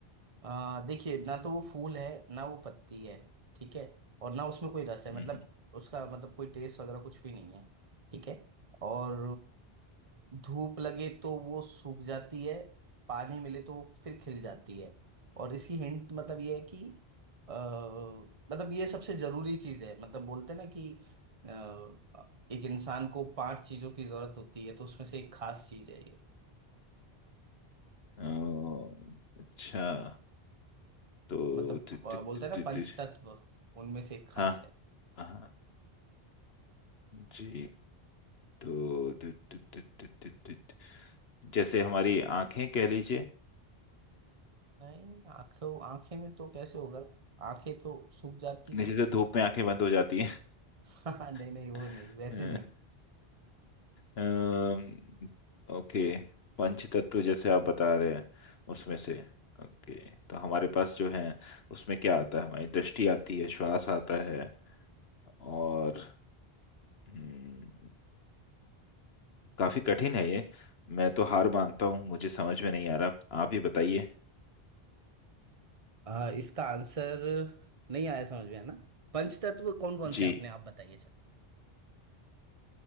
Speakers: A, on the right; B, on the left.
A: आ, देखिए ना तो वो फूल है ना वो पत्ती है ठीक है और ना उसमें कोई रस है
B: हम्म,
A: मतलब उसका मतलब कोई टेस्ट वगैरह कुछ भी नहीं है ठीक है और धूप लगे तो वो सूख जाती है पानी मिले तो वो फिर खिल जाती है और इसकी हिंट मतलब ये है कि अ, मतलब ये सबसे जरूरी चीज है मतलब बोलते हैं ना कि अ, एक इंसान को पांच चीजों की जरूरत होती है तो उसमें से एक खास चीज है ये
B: हम्म, अ, अच्छा तो
A: मतलब
B: तु,
A: प- प-
B: तु,
A: बोलते
B: तु,
A: हैं
B: तु,
A: ना पंच
B: तु,
A: तत्व उनमें से एक खास
B: हाँ
A: है
B: हाँ जी तो तु, तु, तु, तु, तु, तु, तु, जैसे हमारी आंखें कह लीजिए
A: नहीं आंखों आंखें में तो कैसे होगा आंखें तो सूख जाती
B: नीचे
A: है
B: से धूप में आंखें बंद हो जाती
A: <laughs> नहीं नहीं
B: हैं
A: वो नहीं वैसे नहीं
B: <laughs> अम्म, ओके पंच तत्व जैसे आप बता रहे हैं उसमें से ओके तो हमारे पास जो है उसमें क्या आता है हमारी दृष्टि आती है श्वास आता है और हम्म, काफी कठिन है ये मैं तो हार मानता हूँ मुझे समझ में नहीं आ रहा आप ही बताइए
A: आ, इसका आंसर नहीं आया समझ में है ना पंचतत्व कौन कौन
B: जी
A: से हैं अपने आप बताइए चलिए